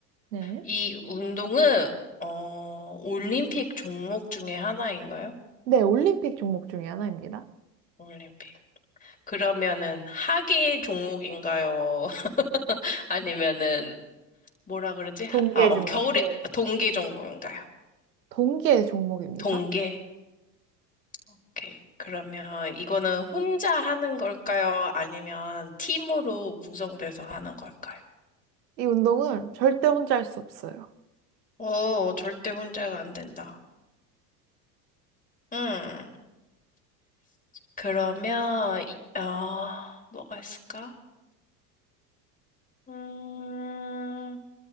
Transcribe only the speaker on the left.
이 운동은, 어, 올림픽 종목 중에 하나인가요?
올림픽. 그러면은, 하계 종목인가요? <laughs> 아니면은, 뭐라 그러지?
하- 아, 어,
겨울에,
동계 종목인가요?
동계. 오케이. 그러면 이거는 혼자 하는 걸까요? 아니면 팀으로 구성돼서 하는 걸까요?
어, 절대 혼자가 안 된다. 음. 그러면, 이- 어, 뭐가 있을까? 음,